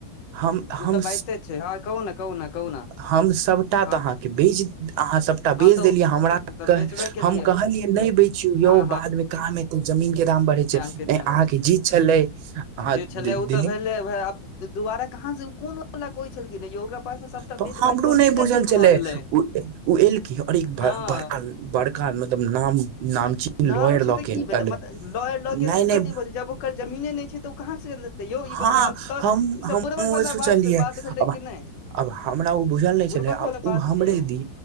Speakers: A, on the right; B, on the left.
A: हम हम
B: ओ तऽ बाजिते छै हँ कहू ने कहू ने कहू ने
A: हम सभटा तऽ
B: हँ
A: अहाँके बेज अहाँ अहाँ सबटा बेच
B: तऽ
A: देलियै हमरा
B: तऽ
A: कह
B: बेचबे केलियै
A: हम कहलियै नहि
B: तऽ
A: बैचियौ
B: हँ
A: यौ बादमे काम हेतौ जमीन के दाम बढ़े छै
B: केतन
A: नहि अहाँके जीत छलै अहाँ
B: जे छले
A: दिल्ली
B: ओ तऽ भेलेब दुबारा कहाँ से कोन वा कोइ छलखिन यो ओकरा पास सबटा
A: तऽ
B: बेच
A: हमरो
B: बाइच क अमेरिका
A: नहि बुझल
B: शिफ्ट
A: छलै
B: भए गेलै
A: ओ एलखिन आओर एक
B: हँ
A: बड़का बड़का मतलब नाम नामचीन
B: नाम
A: लॉयर
B: छै
A: लऽ
B: तऽ
A: के
B: की भेललॉय
A: एलै
B: ल के
A: नहि नहि
B: कथि भ जेते जमीने नहि छै तऽ ओ कहाँ से तऽ यौ ई
A: हँ
B: बता त
A: हम
B: ईसभ
A: हमहुँ
B: बुुरबक वालला
A: सोचलियै
B: बात बात भेलै
A: आब
B: कि नहि
A: आब हमरा ओ बुझल नहि
B: बुड़बक
A: छले आब
B: वाला बात
A: ओ हमरे
B: छै यौ
A: दी